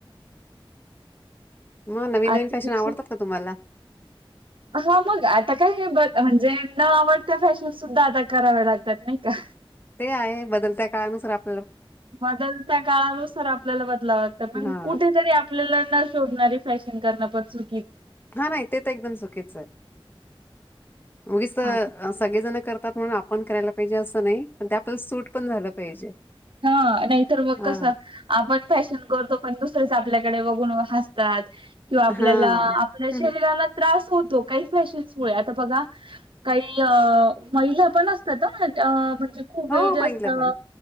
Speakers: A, on the left; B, on the right.
A: म नवीन
B: आजच्या
A: नवीन फॅशन
B: दिवशी
A: आवडतात का तुम्हाला?
B: हा मग आता काय हे ब म्हणजे न आवडत्या फॅशन सुद्धा आता कराव्या लागतात नाही का.
A: ते आहे, बदलत्या काळानुसार आप
B: बदलत्या काळानुसार आपल्याला बदलाव लागतं, पण
A: हा
B: कुठेतरी आपल्याला न शोभणारी फॅश न करण्यापासून
A: हा नाही, ते तर एकदम चुकीच हाय. उगीच अ
B: आज
A: सगळेजण करतात म्हणून आपण करायला पाहिजे असं नाही, पण ते आपल्याला सूट पण झालं पाहिजे.
B: हा नाहीतर मग
A: हा
B: कसं, आपण फॅशन करतो पण दुसरच आप पल्याकडे बघून व हसतात किंवा आपल्याला
A: हा
B: आपल्या
A: हं,
B: शरीराला
A: हं.
B: त्रास होतो काही फॅशन्समुळे, आता बघा काई अ महिला पण असतात अं म जे खूप
A: हो
B: एज
A: मागितलं
B: असतं
A: पण.